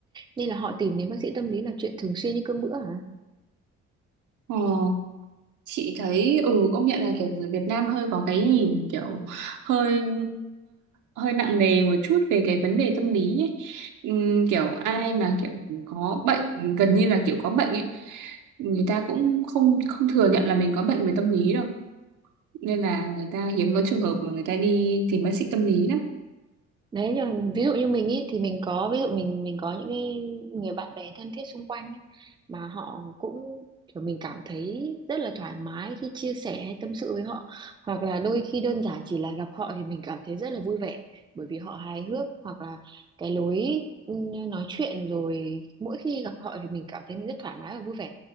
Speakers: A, on the right; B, on the right.
A: nên là họ tìm đến bác sĩ tâm lý là chuyện thường xuyên như cơm bữa hả
B: Ờ, chị thấy ừ công nhận là kiểu người Việt Nam hơi có cái nhìn kiểu hơi hơi nặng nề một chút về cái vấn đề tâm lý ấy. Ừm, kiểu ai mà kiểu có bệnh gần như là kiểu có bệnh ấy người ta cũng không không thừa nhận là mình có bệnh về tâm lý đâu nên là người ta hiếm có trường hợp mà người ta đi tìm bác sĩ tâm lý lắm
A: đấy nhưng mà ví dụ như mình ý, thì mình có ví dụ mình mình có những cái người bạn bè thân thiết xung quanh ý, mà họ cũng kiểu mình cảm thấy rất là thoải mái khi chia sẻ hay tâm sự với họ hoặc là đôi khi đơn giản chỉ là gặp họ thì mình cảm thấy rất là vui vẻ bởi vì họ hài hước hoặc là cái lối ừ, nói chuyện rồi mỗi khi gặp họ thì mình cảm thấy mình rất thoải mái và vui vẻ